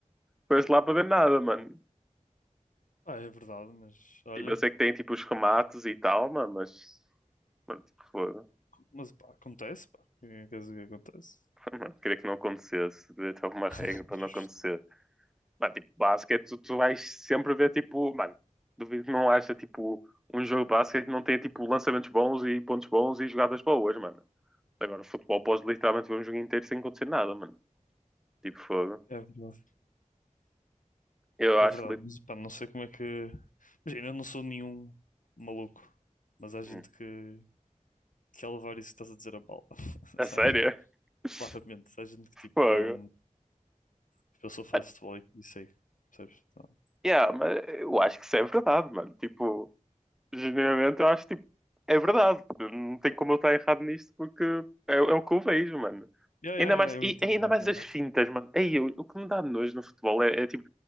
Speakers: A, in the centre; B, on the left (about 75°).
A: Foste lá para ver nada, mano.
B: Pá, é verdade, mas olha,
A: Tipo, eu sei que tem tipo os remates e tal, mano, mas. Mano, tipo, foda.
B: mas pá, acontece, pá. O que é que queres dizer que acontece?
A: <laughs> Mano, queria que não acontecesse. Devia ter alguma
B: <laughs>
A: regra para
B: Justo.
A: não acontecer. Mano, tipo, basquete, tu, tu vais sempre ver, tipo, mano, duvido que não haja, tipo, um jogo de basquete que não tenha, tipo, lançamentos bons e pontos bons e jogadas boas, mano. Agora, futebol, podes literalmente ver um jogo inteiro sem acontecer nada, mano. Tipo, fogo.
B: É verdade,
A: Eu acho,
B: é verdade,
A: lit-
B: mas pá, não sei como é que. Imagina, eu não sou nenhum maluco, mas há gente
A: Hum,
B: que que é levar isso que estás a dizer a bala, <laughs>
A: a
B: sabe?
A: sério? <laughs>
B: Claramente, há gente que tipo
A: Fogo.
B: leva-me. Tipo, eu sou fã
A: Mano,
B: de futebol e e sei, percebes? Então,
A: Yeah, mas eu acho que isso é verdade, mano. Tipo, Genuinamente, eu acho tipo, é verdade. Não tem como eu estar errado nisto porque é, é o que eu vejo, mano.
B: yeah, yeah,
A: Ainda mais,
B: yeah, eu
A: e
B: entendo,
A: ainda
B: eu
A: mais
B: entendo.
A: as
B: né?
A: fintas, mano. Ei, eu- o que me dá nojo no futebol é, é, tipo,